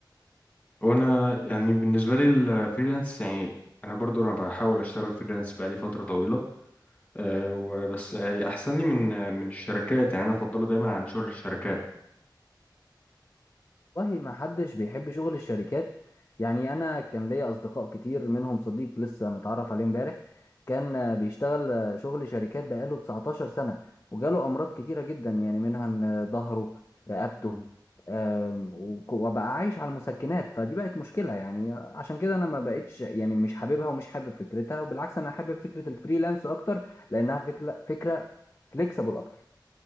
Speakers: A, on the left (about 15°); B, on the left (about 35°).
A: وانا يعني بالنسبة لي الفريلانس يعني انا برضو انا بحاول اشتغل فريلانس بقالي فترة طويلة أه وبس يعني احسن لي من آه، من الشركات يعني انا افضله دايما عن شغل الشركات
B: والله ما حدش بيحب شغل الشركات يعني انا كان ليا اصدقاء كتير منهم صديق لسه متعرف عليه امبارح كان بيشتغل شغل شركات بقاله 19 سنة وجاله امراض كتيرة جدا يعني منها ان ظهره رقبته
A: مم.
B: آم، وك- وبقى عايش على المسكنات فدي بقت مشكلة يعني عشان كده انا ما بقتش يعني مش حاببها ومش حابب فكرتها وبالعكس انا حابب فكرة الفريلانس اكتر لانها فكرة فكرة فليكسبل اكتر